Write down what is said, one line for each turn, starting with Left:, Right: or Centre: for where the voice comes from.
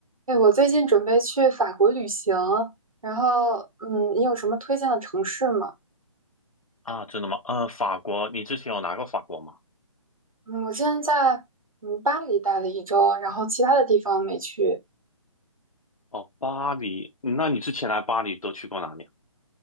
Right: 对，我最近准备去法国旅行，然后，嗯，你有什么推荐的城市吗？
Left: 啊，真的吗？呃，法国，你之前有来过法国吗？
Right: 嗯，我之前在嗯巴黎待了一周，然后其他的地方没去，
Left: 哦，巴黎，那你之前来巴黎都去过哪里啊？